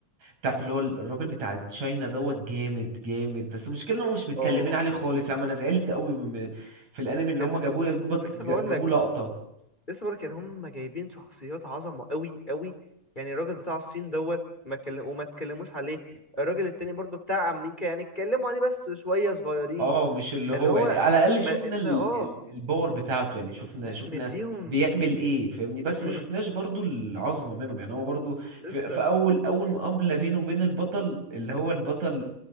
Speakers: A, on the right; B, on the left.
A: بتاعت اللي هو الراجل بتاع تشاينا دوت جامد جامد بس المشكلة ان هو مش متكلمين
B: اه
A: عليه خالص يا عم انا زعلت قوي من- في الانمي ان هما
B: ال...
A: جابوه جابوه
B: لسه
A: جابوه
B: بقول لك
A: لقطة
B: لسه بقول لك يعني هم جايبين شخصيات عظمه قوي قوي يعني الراجل بتاع الصين دوت ما كل... وما اتكلموش عليه الراجل التاني برضو بتاع امريكا يعني اتكلموا عليه بس شويه صغيرين
A: اه مش اللي
B: يعني
A: هو
B: اللي هو
A: يعني على الاقل
B: ما
A: شفنا
B: انت
A: ال-
B: اه
A: ال- الباور بتاعته يعني شفنا
B: مش
A: شفنا
B: مديهم
A: بيعمل ايه فاهمني بس
B: مم.
A: ما شفناش برضو العظمه منهم يعني هو برضو
B: لسه
A: في, في اول اول مقابله بينه وبين البطل اللي هو البطل